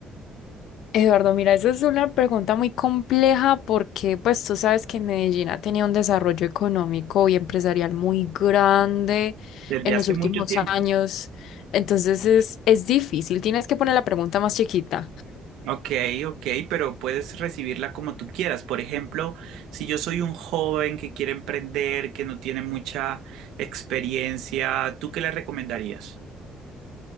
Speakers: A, on the left; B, on the right.
A: Eduardo, mira, esa es una pregunta muy compleja porque pues tú sabes que Medellín ha tenido un desarrollo económico y empresarial muy grande
B: Desde
A: en
B: hace
A: los últimos
B: mucho tiempo.
A: años. Entonces es, es difícil, tienes que poner la pregunta más chiquita.
B: Ok, ok, pero puedes recibirla como tú quieras. Por ejemplo, si yo soy un joven que quiere emprender, que no tiene mucha experiencia, ¿tú qué le recomendarías?